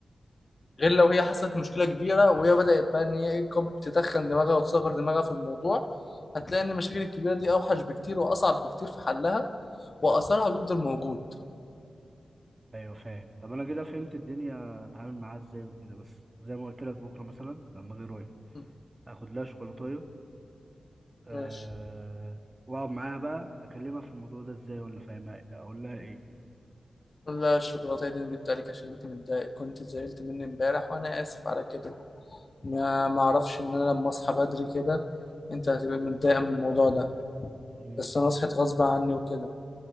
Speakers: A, on the left (about 45°); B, on the right (about 35°).
A: غير لو هي حصلت مشكلة كبيرة وهي بدأت بقى ان هي إيه، كب- تتخن دماغها وتصغر دماغها في الموضوع هتلاقي ان المشاكل الكبيرة دي اوحش بكتير واصعب بكتير في حلها واثرها بيفضل موجود
B: ايوه فاهم طب انا كده فهمت الدنيا اتعامل معاها ازاي وكده بس زي ما قلت لك بكره مثلا لما اجي رايح
A: م-
B: اخد لها شوكولاتايه أه...
A: ماشي
B: واقعد معاها بقى اكلمها في الموضوع ده ازاي ولا فاهمها إيه؟ اقول لها ايه
A: لا الشوكولاتة دي أنا جبتها لك عشان أنت متضايق كنت زعلت مني امبارح وأنا آسف على كده ما معرفش إن أنا لما أصحى بدري كده أنت هتبقى متضايقة من الموضوع ده
B: مم.
A: بس أنا صحيت غصب عني وكده